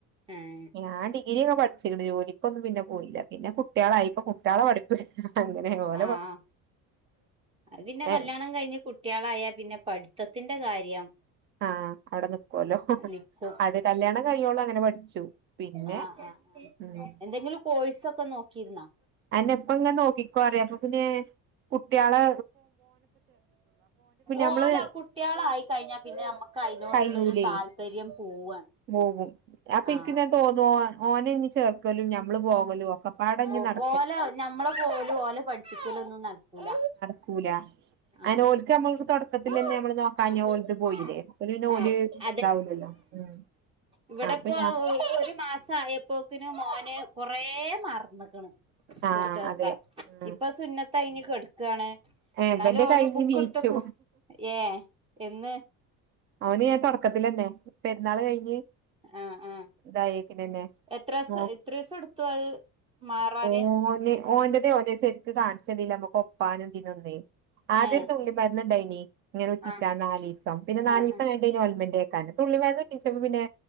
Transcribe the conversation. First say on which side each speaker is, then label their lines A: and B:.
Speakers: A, on the right; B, on the right.
A: ഏഹ്
B: ഞാൻ ഡിഗ്രി ഒക്കെ പഠിച്ചിക്ക്ണ്‌, ജോലിക്കൊന്നും പിന്നെ പോയില്ല. പിന്നെ കു ട്ട്യാളായി ഇപ്പൊ കുട്ട്യാളെ പഠിപ്പ് അങ്ങനെ ഓലെ
A: ആഹ്. അത് പിന്നെ
B: ഉം
A: കല്യാണം കഴിഞ്ഞ് കു ട്ട്യേളായാ പിന്നെ പഠിത്തത്തിന്റെ കാര്യം
B: ആഹ് അവിടെ നിക്കോല്ലോ.
A: നിക്കും
B: അതെ കല്യാണം കഴിയോള്ളും അങ്ങനെ പഠിച്ചു. പിന്നെ
A: ആഹ് ആഹ് ആഹ്.
B: ഉം
A: എന്തെങ്കിലും കോഴ്സൊക്കെ നോക്കിയിരുന്നൊ?
B: അതന്നെ ഇപ്പ ങ്ങനെ നോക്കിക്കോറിയ. അപ്പൊ പിന്നെ കുട്ട്യാള്
A: ഓലെ
B: നമ്മള്
A: കുട്ട്യാളായിക്കഴിഞ്ഞാ പിന്നെ നമ്മക്ക് അയിനോടുള്ളരു
B: കയ്യൂലേ
A: താല് പര്യം പോവാണ്.
B: പോകും അപ്പിൻക്
A: ആഹ്
B: ങ്നെ തോന്നും ഓനെ ഇഞ് ചേർക്കലും ഞമ്മള് പോകലും ഒക്കപ്പാടഞ്ഞ്
A: ഓ
B: നട
A: ഓലെ ഞമ്മളെ പോവലും ഓലെ പഠിപ്പിച്ചലൊന്നും നടക്കൂല.
B: ക്കൂല. അതന്നെ
A: ആഹ്
B: ഓൽക്ക് നമ്മൾക്ക് തൊട ക്കത്തിലെന്നെ
A: ആഹ്
B: നമ്മള് നോക്കാഞ്ഞാ
A: അതന്നെ
B: ഓൽത് പോയിലെ ഓൽ പിന്നെ ഓല് ഇതാവൂല്ലല്ലോ ഉം
A: ഇവടെപ്പോ
B: അപ്പൊ ഞാൻ
A: മാസായപ്പോക്കിന് മോന് കൊറേ മറന്ന്ക്ണ് സ്കൂൾത്തതൊക്കെ
B: ആഹ് അതെ ഉം
A: ഇപ്പൊ സുന്നത്തയിഞ് കെട്ക്കാണ്.
B: ഏഹ്
A: ഇന്നാലു
B: ഇവന്റെ
A: ഓന്
B: കഴിഞ്ഞ്
A: ബുക്ക്
B: നീച്ചു
A: ഇട്ത്തൊക്കെ ഏഹ് എന്ന്
B: ഓന് ഞാൻ തൊടക്കത്തിലന്നെ പെരുന്നാൾ കഴിഞ്ഞ്
A: ആഹ് ആഹ്
B: ഇതായേക്കിനെന്നെ
A: എത്രാസ
B: നോ
A: എത്രീസ ഇട്ത്തു അത് മാറാന്
B: ഓന് ഓന്റെതേ ഓന് ശെര്ക്ക് കാൺച്ചന്നീല്ല നമ്മക്ക് ഒപ്പാനും ഇതിനൊന്നെ. ആദ്യരു
A: ഏഹ്
B: തുള്ളി മരുന്ന്ണ്ടായിനി ഇങ്ങനെ ഉറ്റിച്ചാൻ
A: ആഹ്
B: നാലീസം. പിന്നെ നാലിസം
A: ആഹ് ആഹ്
B: ക കയ്ഞ്ഞ് ഓൽമെന്റെക്കാനും തുള്ളി മര്ന്ന് ഉറ്റിച്ചുമ്പം പിന്നെ